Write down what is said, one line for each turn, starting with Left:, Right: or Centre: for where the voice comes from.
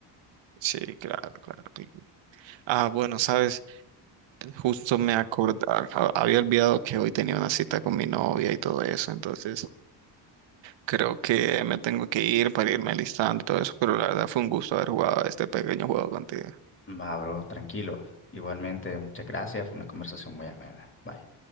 Right: Sí, claro, claro. sí. Ah, bueno, sabes, justo me acordaba, había olvidado que hoy tenía una cita con mi novia y todo eso, entonces creo que me tengo que ir para irme alistando y todo eso, pero la verdad fue un gusto haber jugado este pequeño juego contigo.
Left: Va, bro, tranquilo. Igualmente, muchas gracias, fue una conversación muy amena. Bye.